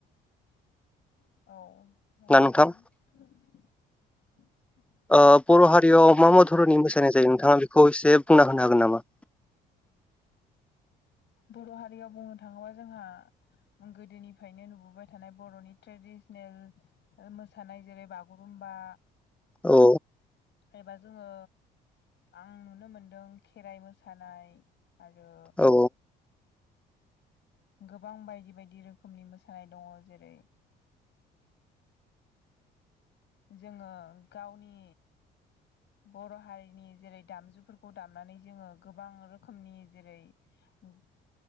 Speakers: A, on the left; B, in the centre.
A: औ रायज्लाय
B: ना नोंथां
A: जागोन
B: ओ बर' हारियाव मा मा धरननि मोसानाय जायो नोंथाङा बेखौ एसे बुंना होनो हागोन नामा
A: बर' हारियाव बुंनो थाङोबा जोंहा गोदोनिफ्रायनो नुबोबाय थानाय बर'नि ट्रेडिसनेल ओ मोसानाय जेरै बागुरुम बा
B: औ
A: एबा जोङो आं नुनो मोनदों खेराइ मोसानाय आरो
B: औ
A: गोबां बायदि बायदि रोखोमनि मोसानाय दङ जेरै जोंङो गावनि बर' हारिनि जेरै दामजुफोरखौ दामनानै जोङो गोबां रोखोमनि जेरै उ